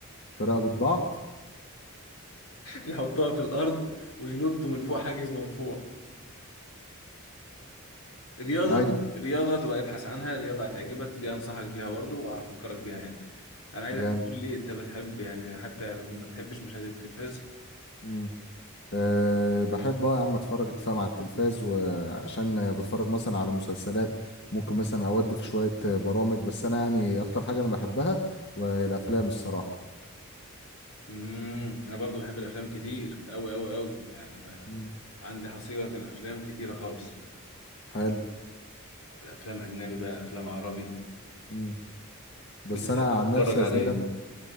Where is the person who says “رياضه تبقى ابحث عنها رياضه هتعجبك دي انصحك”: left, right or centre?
Left